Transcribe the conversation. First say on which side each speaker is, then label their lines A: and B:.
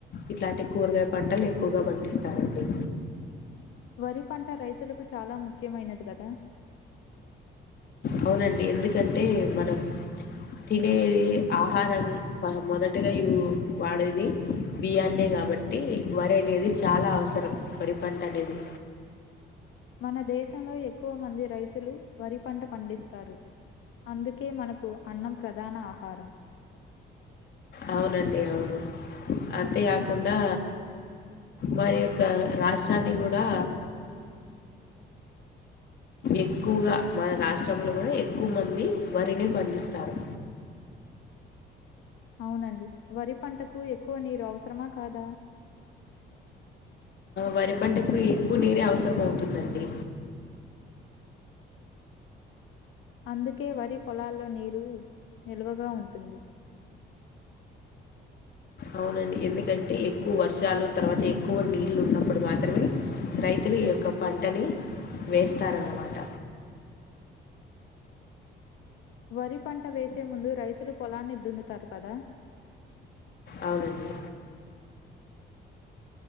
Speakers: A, on the left; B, on the left.
A: ఇట్లాంటి కూరగాయ పంటలు ఎక్కువగా పండిస్తారండి.
B: వరి పంట రైతులకు చాలా ముఖ్యమైనది కదా.
A: అవునండి ఎందుకంటే మనం తినేది ఆహారం మొదటగా వాడేది బియ్యాన్నే కాబట్టి వరి అనేది చాలా అవసరం వరి పంట అనేది.
B: మన దేశంలో ఎక్కువ మంది రైతులు వరి పంట పండిస్తారు. అందుకే మనకు అన్నం ప్రధాన ఆహారం
A: అవునండి అవును అంతేకాకుండా మన యొక్క రాష్ట్రాన్ని కూడా ఎక్కువగా మన రాష్ట్రంలో కూడా ఎక్కువ మంది వరిని పండిస్తారు.
B: అవునండి వరి పంటకు ఎక్కువ నీరు అవసరమా కాదా.
A: వరి పంటకు ఎక్కువ నీరే అవసరమవుతుందండి.
B: అందుకే వరి పొలాల్లో నీరు నిల్వగా ఉంటుంది.
A: అవునండి ఎందుకంటే ఎక్కువ వర్షాలు తర్వాత ఎక్కువ నీళ్ళు ఉన్నప్పుడు మాత్రమే రైతులు ఈ యొక్క పంటని వేస్తారన్నమాట.
B: వరి పంట వేసే ముందు రైతులు పొలాన్ని దున్నుతారు కదా.
A: అవునండి.